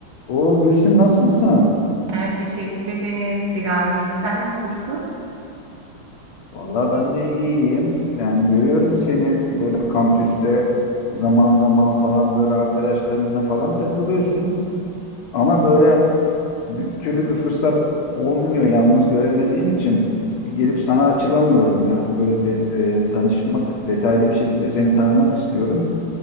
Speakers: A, on the left; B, on the right.
A: O Gülsüm nasılsın?
B: Ee, teşekkür ederim Selami. Sen nasılsın?
A: Vallahi ben de iyiyim. Yani görüyorum seni böyle kampüste zaman zaman falan böyle arkadaşlarına falan takılıyorsun. Ama böyle bir türlü bir fırsat olmuyor yalnız göremediğim için bir gelip sana açılamıyorum. Yani böyle bir e, tanışmak, detaylı bir şekilde seni tanımak istiyorum.